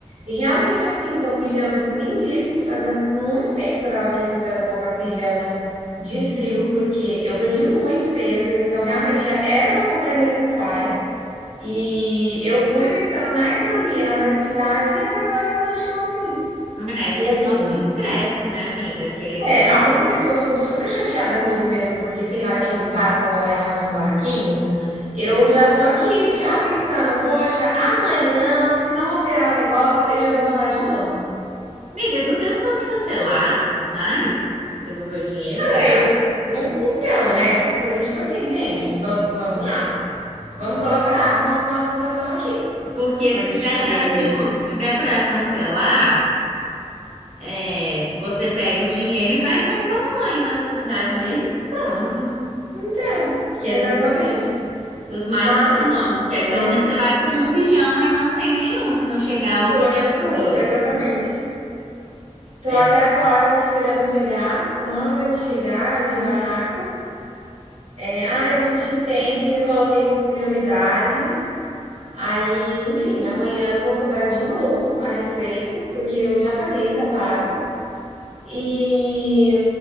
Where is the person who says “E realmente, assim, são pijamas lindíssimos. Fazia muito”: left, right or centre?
Right